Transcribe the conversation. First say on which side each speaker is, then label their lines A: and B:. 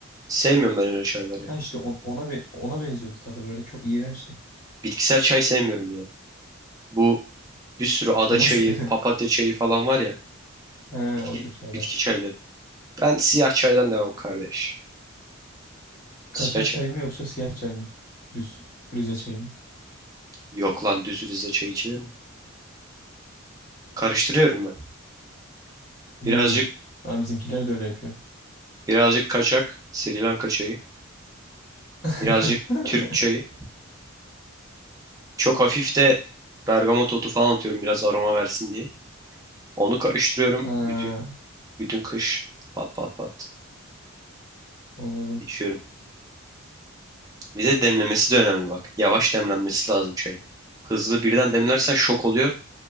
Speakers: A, on the right; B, on the left.
A: Sevmiyorum ben öyle çayları.
B: Ha işte on- ona be- ona benziyordu tadı böyle çok iğrençti.
A: Bitkisel çay sevmiyorum ya. Bu bir sürü ada
B: Nasıl?
A: çayı,
B: <laughs>
A: papatya çayı falan var ya.
B: He,
A: Bitki,
B: o tür şeyler.
A: bitki çayları. Ben siyah çaydan devam kardeş.
B: Kaçak
A: Siyah çay.
B: çay mı yoksa siyah çay mı? Düz Rize çayı mı?
A: Yok lan düz Rize çayı içilir mi? Karıştırıyorum ben.
B: Hmm.
A: Birazcık
B: Ha, bizimkiler de öyle yapıyor.
A: birazcık kaçak Sri Lanka çayı.
B: <laughs>
A: Birazcık Türk çayı. Çok hafif de bergamot otu falan atıyorum biraz aroma versin diye. Onu karıştırıyorum
B: Ha,
A: bütün bütün kış pat pat pat
B: anladım.
A: içiyorum. Bir de demlemesi de önemli bak. Yavaş demlenmesi lazım çayın. Hızlı birden demlersen şok oluyor.